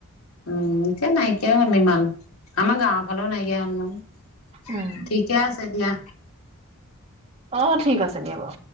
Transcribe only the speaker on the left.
উম, এতিয়া নাইকিয়া হ'ল ইমান। আমাৰ গাঁৱৰ ফালেও নাইকিয়া হ'ল নহয়।
ঠিকে আছে দিয়া।